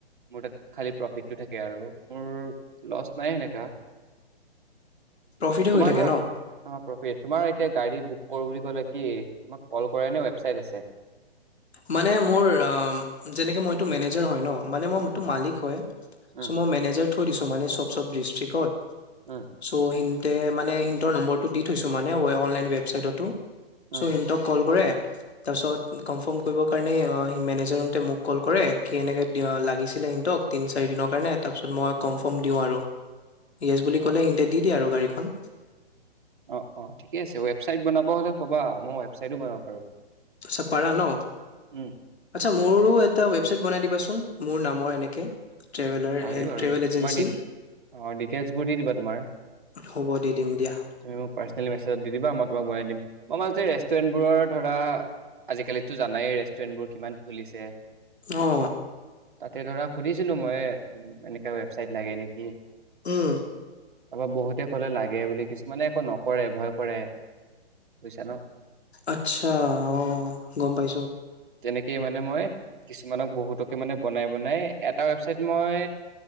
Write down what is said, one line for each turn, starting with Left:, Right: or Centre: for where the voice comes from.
Right: মোৰ তাত খালি প্ৰফিটটো থাকে আৰু মোৰ লছ নাই সেনেকা
Left: প্ৰফিতে
Right: তোমাৰ
Left: হৈ থাকে
Right: ধৰা
Left: ন?
Right: অ প্ৰফিট তোমাৰ এতিয়া গাড়ী বুক কৰোঁ বুলি কলে কি তোমাক কল কৰে নে ৱেবচাইট আছে?
Left: মানে মোৰ যেনেকে মই এইটো মেনেজাৰ হয় ন মানে মই
Right: উম
Left: মালিক হয়
Right: উম
Left: চো মেনেজাৰ থৈ দিছো মানে চব চব ডিষ্ট্ৰিকটত
Right: উম
Left: ছ' হিন্দ তে মানে সিহঁতৰ নম্বৰটো দি থৈছো মানে অনলাইন ৱেবচাইটতো।
Right: উম
Left: চ সিহঁতক কল কৰে তাৰপিছত কনফাৰ্ম কৰিবৰ কাৰণে মেনেজাৰ হতে মোক কল কৰে কি এনেকে দিঅ লাগিছিলে হে তিনি চাৰি দিনৰ কাৰণে তাৰপিছত মই কনফাৰ্ম দিওঁ আৰু য়েছ বুলি
Right: অ
Left: ক'লে সিহতে দি আৰু গাড়ীখন
Right: অ অ ঠিকে আছে ৱেবচাইট বনাব বহুত ক'বা মই ৱেচাইটো বনাব পাৰো
Left: আচ্ছা পাৰা ন
Right: উম
Left: আচ্ছা মোৰো এটা ৱেবচাইট বনাই দিবা চোনমোৰ নামৰ এনেকে ট্ৰেভেলাৰ
Right: পাৰি
Left: এণ্ড
Right: বাৰু
Left: ট্ৰেভেল এজেঞ্চি
Right: তোমাৰ অ ডিটেইলছবোৰ দি দিবা তোমাৰ
Left: হ'ব দি দিম দিয়া
Right: তুমি মোক পাৰ্চনেলি মেছেজত দি দিবা ম তোমাক ভৰাই দিম অ মই আজি ৰেষ্টোৰেন্ট বোৰত ধৰা আজিকালিতো জানাইৰে ৰেন বোৰ কিমান খুলিছে
Left: অ
Right: তাতে ধৰা সুধিছিলো মই এনেকোৱা ৱেবছাইট লাগে নেকি
Left: উম
Right: তাৰপৰা বহুতে কলে লাগে বুলি কিছুমানে একো নক কৰে ভয় কৰে বুজিছা ন
Left: আচ্ছা অ গম পাইছো
Right: তেনেকে মানে মই কিছুমানক বহুতকে মানে বনাই বনাই এটা ৱেবচাইট মই